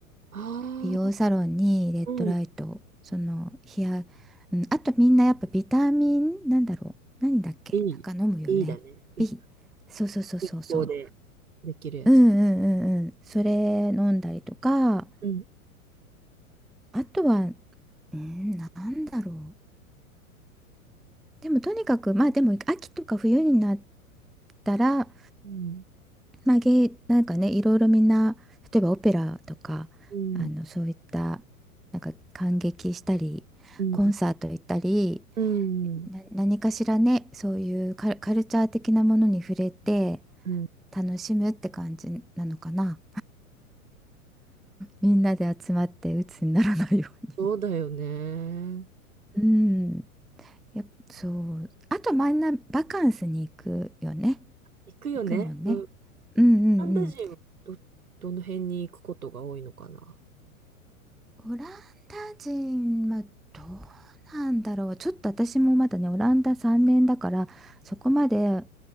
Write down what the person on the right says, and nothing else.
ああ、
うん。
いい。いいだね。い
日光でできるやつ。
うん。
うん。
うん。
うん。
うん。
うん。
そうだよね。
行くよね。
うん。
カナダ人はど、どの辺に行くことが多いのかな。